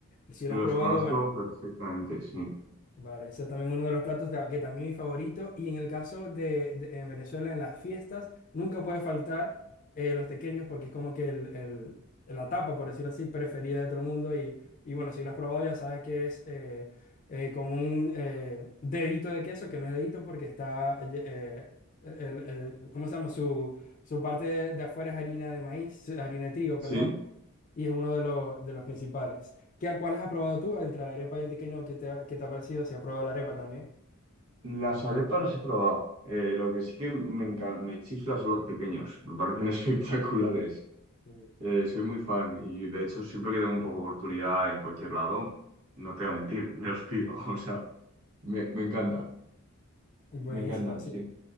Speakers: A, on the left (about 35°); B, on the right (about 85°).
A: Y si
B: los
A: lo has probado,
B: conozco
A: bueno.
B: perfectamente, sí.
A: Vale, eso es también uno de los platos de- que también es mi favorito. Y en el caso de, de- en Venezuela, en las fiestas, nunca puede faltar eh, los tequeños porque es como que el, el- la tapa, por decirlo así, preferida de todo el mundo. Y, y bueno, si lo has probado ya sabes que es eh, eh, como un eh, dedito de queso, que no es dedito porque está, eh, el- el- ¿cómo se llama? Su, su parte de afuera es harina de maíz, harina de trigo,
B: Sí,
A: perdón y es uno de los, de los principales. ¿Qué, cuáles has probado tú entre la arepa y el tequeño? ¿Qué te, ha- qué te ha parecido? Si has probado la arepa también.
B: las arepas las he probado. Eh, lo que sí que me, enca- me chifla son los pequeños, me parecen <laughs> espectaculares.
A: Sí.
B: Eh, soy muy fan y de hecho siempre que tengo un poco de oportunidad en cualquier lado, no te voy a mentir, <laughs> me los pido. <laughs> O sea, me, me encanta.
A: Buenísimo,
B: Me encantan,
A: sí.
B: sí.